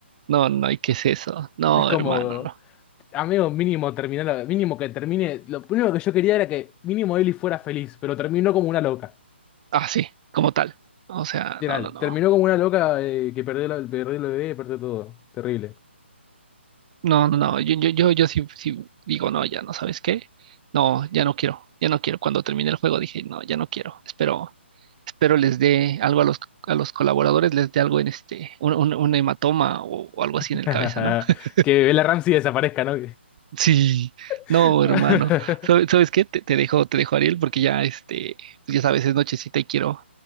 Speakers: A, on the right; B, on the left.
A: no, no, ¿y qué es eso? No,
B: Es como.
A: hermano, no.
B: Amigo, mínimo terminar, mínimo que termine. Lo único que yo quería era que mínimo Ellie fuera feliz, pero terminó como una loca.
A: Ah, sí, como tal. O sea,
B: Literal,
A: no, no, no.
B: terminó como una loca eh, que perdió, la, perdió el bebé, perdió todo. Terrible.
A: No, no, no. Yo, yo, yo, yo sí, sí digo, no, ya no sabes qué. No, ya no quiero, ya no quiero. Cuando terminé el juego dije, no, ya no quiero. Espero, espero les dé algo a los, a los colaboradores, les dé algo en este, un, un- un hematoma o, o algo
B: <laughs>
A: así en el cabeza, ¿no? <laughs>
B: Que la Ramsey desaparezca, ¿no?
A: Sí, no,
B: <laughs>
A: hermano. ¿Sabes, sabes qué? Te, te dejo, te dejo, Ariel, porque ya, este, pues ya sabes, es nochecita y quiero,